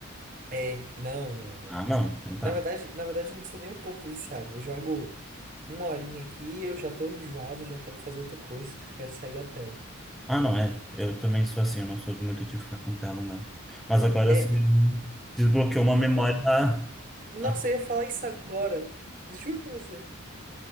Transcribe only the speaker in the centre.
Ah, não. Então
tá.
Ah, não, é. Eu também sou assim, eu não sou muito de ficar com tela, não. Mas agora
você
desbloqueou uma memória.
Ah,